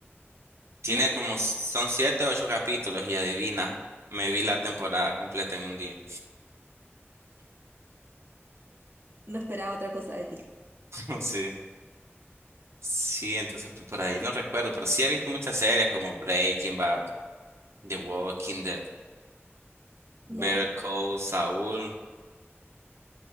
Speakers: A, on the right; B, on the right.
A: Tiene
B: Ah,
A: como, son siete o ocho capítulos y adivina, me vi la temporada completa en un día.
B: No esperaba otra cosa de ti.
A: <laughs> Sí. Sí, entonces pues, por ahí no recuerdo, pero sí he visto muchas series como Breaking Bad, The Walking Dead,
B: Ya.
A: Better Call
B: <laughs> entiendo.
A: Saul